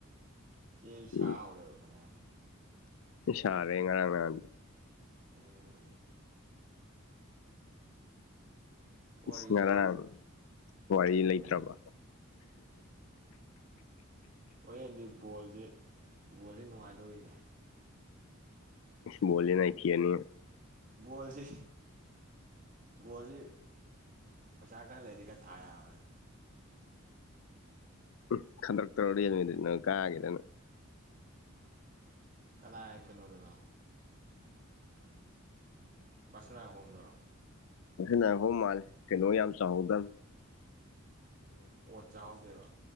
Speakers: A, on the right; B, on the left.
A: ꯁꯤ ꯁ
B: ꯎꯝ
A: ꯑꯣꯏꯔꯦꯈ
B: ꯁꯥꯔꯦ ꯉꯔꯥꯡ ꯅꯍꯗꯤ
A: ꯎꯝ ꯋꯥꯔꯤꯁꯤꯕꯨ
B: ꯁꯃꯔꯅ ꯋꯥꯔꯤ ꯂꯩꯇ꯭ꯔꯕ
A: ꯀꯔꯤ ꯍꯣꯔꯦꯟꯗꯤ ꯕꯣꯜꯁꯤ ꯕꯣꯜꯁꯤ ꯅꯨꯡꯉꯥꯏꯗꯧꯔꯤꯅꯦ
B: ꯕꯨꯣꯂꯦꯅ ꯑꯩ ꯄꯤꯅꯤ
A: ꯣꯜꯁꯤ ꯕꯣꯁꯤ ꯄꯩꯁꯥ ꯈꯔ ꯂꯩꯔꯤ ꯈꯔ ꯊꯥ ꯌꯥꯕꯅꯤ
B: ꯎ ꯈꯟꯗ꯭ꯔꯛꯇ ꯇꯔꯣ ꯌꯦ ꯑꯗꯨꯉꯣꯏ ꯅ ꯀꯥꯒꯗꯅꯣ
A: ꯀꯅꯥ ꯍꯥꯏ ꯀꯩꯅꯣ ꯑꯗꯨꯅꯣ ꯁꯅ ꯍꯣꯝꯗꯣꯏꯔꯣ
B: ꯅꯈꯣꯡ ꯃꯥꯜꯂꯦ ꯀꯩꯅꯣ ꯌꯥꯝ ꯆꯥꯎꯍꯧꯗꯕ
A: ꯑꯣꯣꯠ ꯆꯥꯍꯥꯎꯗꯦꯕ